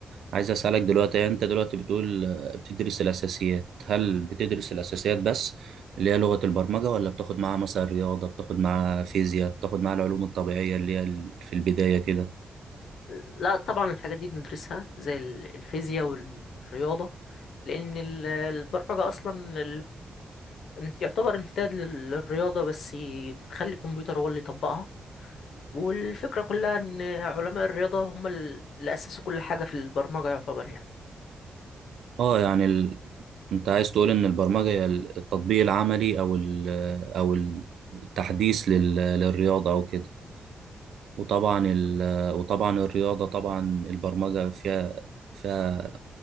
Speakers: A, on the right; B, on the left.
A: عايز أسألك دلوقتي يعني أنت دلوقتي بتقول بتدرس الأساسيات هل بتدرس الأساسيات بس اللي هي لغة البرمجة ولا بتاخد معاها مثلا رياضة بتاخد معاها فيزياء بتاخد معاها العلوم الطبيعية اللي هي ال- في البداية كده
B: لا طبعا الحاجات دي بندرسها زي ال- الفيزياء وال- والرياضة لأن ال- البرمجة أصلا انت يعتبر امتداد لل- للرياضة بس بتخلي الكمبيوتر هو اللي يطبقها والفكرة كلها ان علماء الرياضة هم ال- اللي اسسوا كل حاجة في البرمجة يعتبر يعني
A: اه يعني ال... أنت عايز تقول إن البرمجة هي ال- التطبيق العملي أو ال... أو التحديث لل... للرياضة أو كده وطبعا ال... وطبعا الرياضة طبعا البرمجة فيها فيها